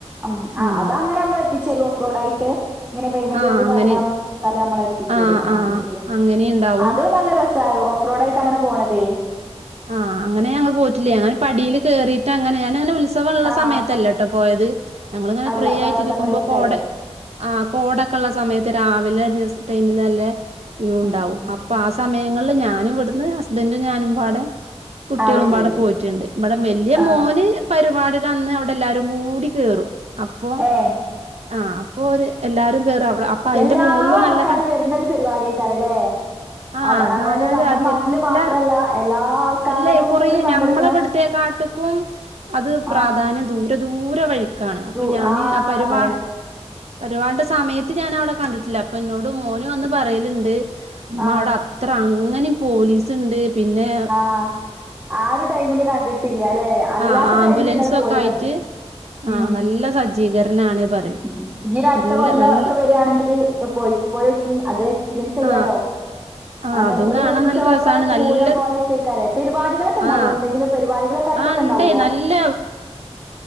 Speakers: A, on the right; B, on the right.
A: അം ആ
B: ഉം
A: അതാ അങ്ങനെ നമ്മള് എത്തിച്ച് തരും ഓഫ്റോഡ് ആയിട്ട് ഇങ്ങനെ പേയ്മെന്റ്
B: ആഹ്
A: ഓര്
B: അങ്ങനെ
A: പറയണ നമ്മള് കൊടുത്താല് നമ്മള എത്തിച്ചരു
B: ആഹ്
A: ആ
B: ആഹ്
A: അത് ശരിയാ
B: അങ്ങനെയിണ്ടാവും.
A: അതും നല്ല രസാ ഓഫ് റോഡായിട്ട് അങ്ങനെ പോണ തേ
B: ആ അങ്ങനെ ഞങ്ങ പോയിട്ടില്ല്യ അങ്ങനെ പടിയില് കേയറിട്ടങ്ങനെ ഞാനങ്ങനെ ഉത്സവവൊള്ള
A: ആ
B: സമയത്തല്ലട്ടോ പോയത് ഞങ്ങളിങ്ങനെ
A: അല്ല
B: ഫ്രീയായിട്ടിരിക്കുമ്പോ
A: വേറെ സെപ്പറേറ്റ്
B: കോടെ
A: ടൈമ്
B: ആ കോടക്കെ ഉള്ള സമയത്ത് രാവിലെ ദിവസ ടൈമില് നല്ല വ്യൂ ഉണ്ടാവും
A: ഉം ഉം
B: അപ്പൊ ആ സമയങ്ങളില്
A: ഉം
B: ഞാനും ഇവിടു ന്ന് ഹസ്ബൻഡും ഞാനും പാടെ കുട്ടികളുമ്പാടെ
A: അത് ശരി
B: പോയിട്ടുണ്ട് ഇവിടെ വല്ല്യ
A: ആ
B: മോന് പരുപാടി അന്ന് അവിടെല്ലാരും കൂടി കേറും അപ്പോ
A: ഏ
B: ആ അപ്പോ ഓര് എല്ലാരും കേറും. അവ അപ്പൊ അയിന്റെ
A: എല്ലാ
B: മോളിലും
A: ആൾക്കാരും
B: നല്ല ക
A: വരുന്ന ഒരു പരിപാടിക്കാരല്ലേ
B: ആഹ്
A: അവ അതായത്
B: നാനാജാതി
A: നമ്മുടെ നാട്ടില്
B: എല്ലാ
A: മാത്രല്ല എല്ലാ ആൾക്കാരും
B: അല്ലേ കുറേ
A: കൂടി പങ്കെടുക്കണേ
B: ഞമ്മളെ ഇവുടുത്തെ കാട്ടിക്കും അത് പ്രാധാന്യം
A: ആ
B: ദൂ ഒരു ദൂരെ വഴി കാണ് അപ്പൊ
A: ദൂ
B: ഞാന് ആ പരുപാ
A: അതെ
B: പരുപാടിടെ സമയ ത്ത് ഞാൻ അവിടെ കണ്ടിട്ടില്ല അപ്പൊ എന്നോട് മോനു വന്ന് പറയലിണ്ട് അമ്മ
A: ആ
B: അവിടെ അത്ര അ ങ്ങനേം പോലീസിണ്ട്. പിന്നേ
A: ആ ആ ഒരു ടൈമില് കണ്ടിട്ടില്ലാലേ അല്ലാത്ത
B: ആഹ് ആംബുലൻസും
A: ടൈമില് നിങ്ങള്
B: ഒക്കെ
A: പോയി
B: ആയിട്ട്
A: കണ്ടിട്ട്.
B: ആഹ്
A: ഉം
B: നല്ല സജ്ജീകരണാണ് പറയും
A: ഉം ഇനി ഒരു അടുത്ത
B: നല്ല
A: കൊല്ലം
B: നൽ
A: ഒക്കെ വരികാണെങ്കില് പോയി പോയോക്കി അതെ എക്സ്പീരിയൻസ് ചെയ്യാലോ.
B: ആഹ് ആഹ്
A: അനു
B: അതും
A: ഒരു
B: കാണാൻ
A: ഉത്സവം
B: നല്ല രസാണ്
A: പോലെ പൂരം
B: നല്ല
A: പോലെക്കെകരെ പരിപാടികളൊക്കെ ഇണ്ടാവുവോ
B: ആഹ്
A: എന്തെങ്കിലും പരിപാടികളൊക്കെ ആയിട്ടൊക്കെ
B: ആ ഇണ്ടേ
A: എണ്ടാവുവോ?
B: നല്ല